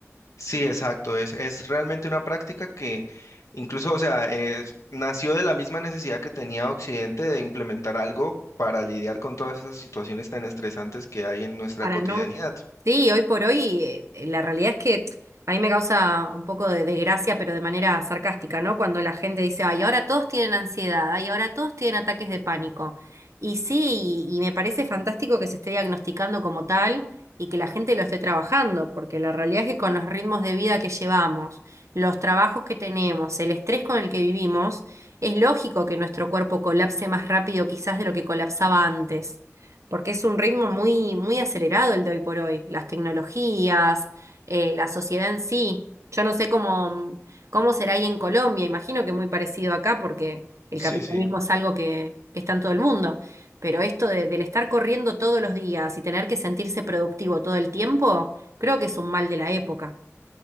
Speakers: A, on the left; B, on the right.
A: Sí, exacto, es es realmente una práctica que incluso, o sea, es- nació de la misma necesidad que tenía Occidente de implementar algo para lidiar con todas esas situaciones tan estresantes que hay en nuestra
B: para
A: cotidianidad.
B: no... Sí, hoy por hoy eh, eh, la realidad es que a mí me causa un poco de desgracia, pero de manera sarcástica, ¿no? Cuando la gente dice, ay, ahora todos tienen ansiedad, ay, ahora todos tienen ataques de pánico. Y sí, y, y me parece fantástico que se esté diagnosticando como tal y que la gente lo esté trabajando, porque la realidad es que con los ritmos de vida que llevamos, los trabajos que tenemos, el estrés con el que vivimos, es lógico que nuestro cuerpo colapse más rápido quizás de lo que colapsaba antes porque es un ritmo muy, muy acelerado el de hoy por hoy, las tecnologías, eh, la sociedad en sí. Yo no sé cómo, mm, cómo será ahí en Colombia, imagino que muy parecido acá, porque el
A: Sí,
B: capitalismo
A: sí.
B: es algo que, que está en todo el mundo, pero esto de- del estar corriendo todos los días y tener que sentirse productivo todo el tiempo, creo que es un mal de la época,